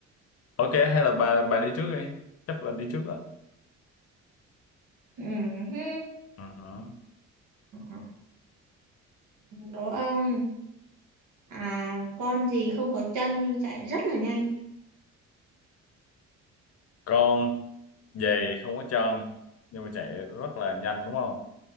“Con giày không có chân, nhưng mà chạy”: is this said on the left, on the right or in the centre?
Left